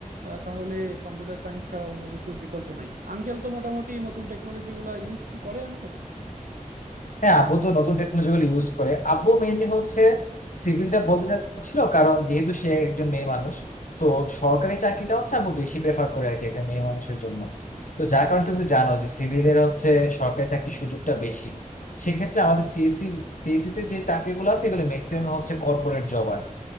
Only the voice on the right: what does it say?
আহ, তাহলে কম্পিউটার সায়েন্স ছাড়া অন্য কিছুর বিকল্প নাই আঙ্কেল তো মোটামুটি নতুন টেকনোলজি গুলা ইউজ কি করে আঙ্কেল